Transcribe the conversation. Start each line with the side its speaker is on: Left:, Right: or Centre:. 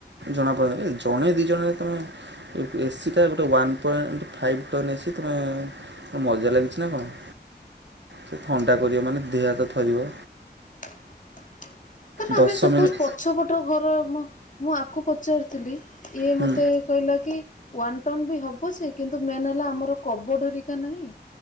Right: ଜଣାପଡେନି ଜଣେ ଦୁଇ ଜଣେ ତମେ ଏସି ସେ ଗୋଟେ one point five ton AC ତୁମେ ମଜା ଲାଗିଛି ନା କଣ? ସେ ଥଣ୍ଡା କରିବ ମାନେ ଦେହ ହାତ ଥରିବ।
Left: <inaudible> ତ ଆମେ
Right: ଦଶ
Left: ସପୋଜ
Right: ମିନିଟ୍
Left: ପଛପଟ ଘର ମୁଁ ଆକୁ ପଚାରିଥିଲି ଇଏ
Right: ହୁଁ
Left: ମତେ କହିଲା କି ୱାନ ଟନ୍ ବି ହବ ସେ କିନ୍ତୁ ମେନ ହେଲା ଆମର କବଡ ହେରିକା ନାହିଁ।